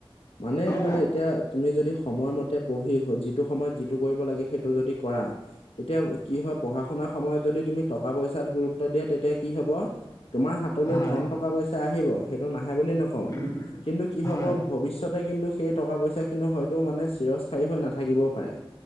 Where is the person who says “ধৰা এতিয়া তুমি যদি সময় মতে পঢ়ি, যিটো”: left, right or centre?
Left